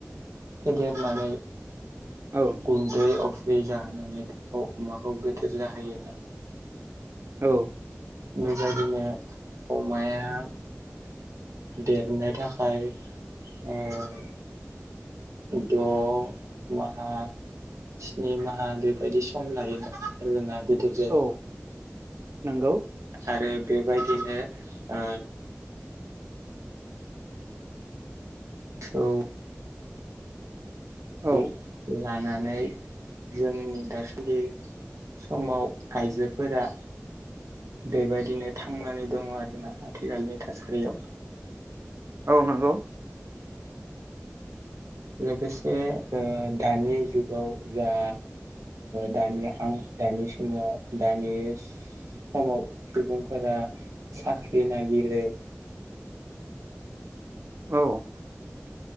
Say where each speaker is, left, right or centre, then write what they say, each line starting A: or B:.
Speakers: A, on the right; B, on the right.
A: फेदेरनानै
B: औ।
A: गुन्दै अफ्रि जाहोनानै बेखौ अमाखौ गोदोर जाहोयो।
B: औ।
A: बेबायदिनो अमाया देरनो थाखाय ओह द' माहा स्नि माहा बेबायदि सम लायो आरोना गोदिर
B: औ नंगौ।
A: आरो बेबायदिनो ओ औ। खौ
B: औ
A: लानानै जोंनि दासलि समाव आइजोफोरा बेबायदिनो थांनानै दंङो आरोना आथिखालनि थासारियाव।
B: औ नंगौ।
A: लोगोसे ओ दानि जुगाव जा दानि आं दानि समाव दानि समाव सुबुंफोरा साख्रि नागिरो।
B: औ